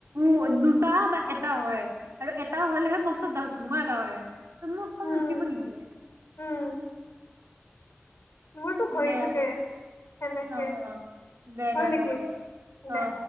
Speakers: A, on the right; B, on the left.
A: উম ', দুটা বা এটা হয়। আৰু, এটা হ'লেহে মস্ত ডাউট ধুমা এটা হয়। ত', মই কম,
B: উম
A: মচিব নিদিয়ে
B: উম মোৰতো হৈয়েই
A: দে
B: থাকে। সেনেকে
A: অ দে
B: হ'ল
A: দে হ'ব
B: নেকি,
A: দে
B: দে?
A: অ